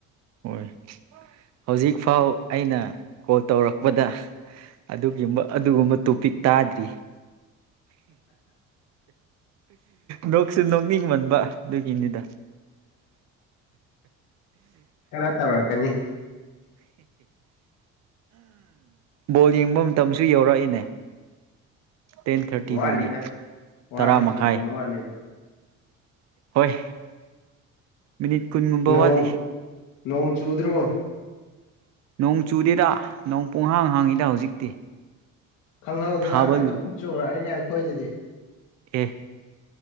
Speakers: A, on the right (about 60°); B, on the left (about 90°).
A: ꯍꯣꯏ ꯍꯧꯖꯤꯛꯐꯥꯎ ꯑꯩꯅ ꯀꯣꯜ ꯇꯧꯔꯛꯄꯗ ꯑꯗꯨꯒꯤꯝꯕ ꯑꯗꯨꯒꯨꯝꯕ ꯇꯣꯄꯤꯛ ꯇꯥꯗ꯭ꯔꯤ ꯅꯣꯛꯁꯨ ꯅꯣꯛꯅꯤꯡꯃꯟꯕ ꯑꯗꯨꯒꯤꯅꯤꯗ
B: ꯈꯔ ꯇꯧꯔꯛꯀꯅꯤ
A: ꯕꯣꯜ ꯌꯦꯡꯕ ꯃꯇꯝꯁꯨ ꯌꯧꯔꯛꯏꯅꯦ ꯇꯦꯟ ꯊꯥꯔꯇꯤꯗꯅꯤ
B: ꯋꯥꯠꯂꯤꯗ ꯋꯥꯠꯂꯤ
A: ꯇꯔꯥ ꯃꯈꯥꯏ
B: ꯃꯇꯝ ꯋꯥꯠꯂꯤꯗ
A: ꯍꯣꯏ ꯃꯤꯅꯤꯠ ꯀꯨꯟꯒꯨꯝꯕ
B: ꯅꯣꯡ
A: ꯋꯥꯠꯂꯤ
B: ꯅꯣꯡ ꯆꯨꯗ꯭ꯔꯣ
A: ꯅꯣꯡ ꯆꯨꯗꯦꯗ ꯅꯣꯡ ꯄꯣꯡꯍꯥꯡ ꯍꯥꯡꯉꯤꯗ ꯍꯧꯖꯤꯛꯇꯤ
B: ꯈꯪꯍꯧꯗꯅ
A: ꯊꯥꯕꯜ
B: ꯑꯗꯨꯝ ꯆꯨꯔꯛꯏꯅꯦ ꯑꯩꯈꯣꯏꯗꯗꯤ
A: ꯑꯦ